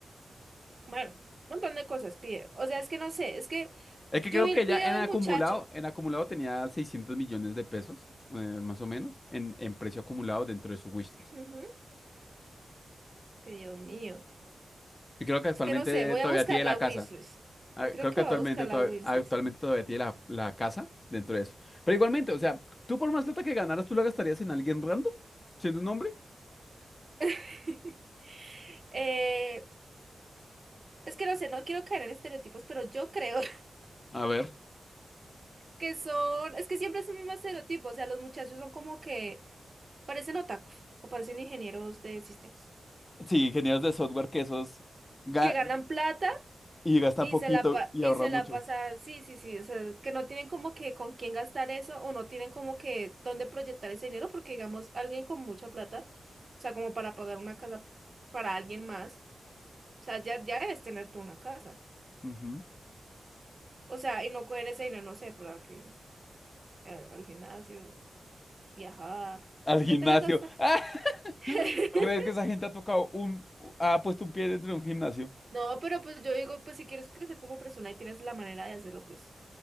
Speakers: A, on the right; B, on the left.
A: Bueno, un montón de cosas pide. O sea, es que no sé, es que
B: Es que
A: yo
B: creo
A: vi
B: que
A: el video
B: ya en
A: del
B: acumulado,
A: muchacho.
B: en acumulado tenía 600 millones de pesos, eh, más o menos, en, en precio acumulado dentro de su wishlist.
A: Ujú, Que Dios mío.
B: Y creo que actualmente
A: Es que no sé, voy
B: todavía
A: a buscar
B: tiene
A: la
B: la casa.
A: wishlist.
B: Ah,
A: Yo creo
B: Creo
A: que
B: que actualmente,
A: voy a buscar la
B: todav-
A: wishlist.
B: actualmente todavía tiene la, la casa dentro de eso. Pero igualmente, o sea, tú por más plata que ganaras, ¿tú la gastarías en alguien random? ¿Siendo un hombre?
A: <laughs> Eh, es que no sé, no quiero caer en estereotipos, pero yo creo <laughs>
B: A ver.
A: que son, es que siempre es el mismo estereotipo, o sea, los muchachos son como que parecen otakus o parecen ingenieros de sistemas,
B: Sí, ingenieros de software que esos ga-
A: que ganan plata
B: y gastan
A: y
B: poquito
A: se la pa-
B: y
A: y
B: ahorran
A: se la
B: mucho.
A: pasan sí, sí, sí, o sea, que no tienen como que con quién gastar eso o no tienen como que dónde proyectar ese dinero, porque digamos, alguien con mucha plata, o sea, como para pagar una casa para alguien más, o sea, ya, ya debes tener tú una casa,
B: Ujú.
A: o sea, y no coger ese dinero, no sé, para que al al gimnasio. Viajar.
B: Al
A: ¿Por qué
B: gimnasio.
A: te la gastas?
B: <laughs>
A: <laughs>
B: ¿Tú crees que esa gente ha tocado un, ha puesto un pie dentro de un gimnasio?
A: No, pero pues yo digo, pues si quieres crecer como persona y tienes la manera de hacerlo, pues